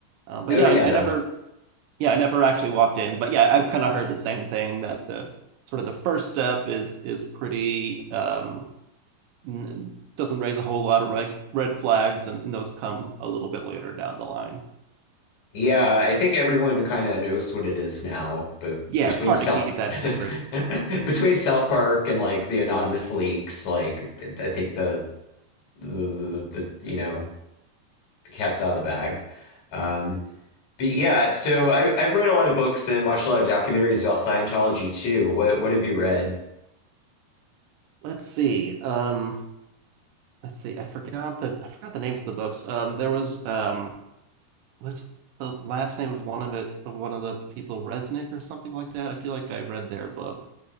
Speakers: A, on the right (about 80°); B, on the left (about 55°).
A: Um, but
B: Oh
A: yeah,
B: yeah,
A: I, I
B: the
A: never yeah, I never actually walked in, but yeah, I've kind of heard the same thing that the sort of the first step is is pretty um n- doesn't raise a whole lot of red red flags and, and those come a little bit later down the line.
B: yeah. I think everyone kind of knows what it is now, but
A: Yeah,
B: between
A: it's hard
B: South
A: to keep that secret.
B: <laughs> between South Park and like the anonymous leaks, like I think the the, the, the you know the cat's out of the bag. Um, But yeah, so I, I've read a lot of books and watched a lot of documentaries about Scientology too. What what have you read?
A: Let's see. Um let's see. I forgot the I forgot the names of the books. Um there was um what's the last name of one of it of one of the people Resnick or something like that. I feel like I read their book.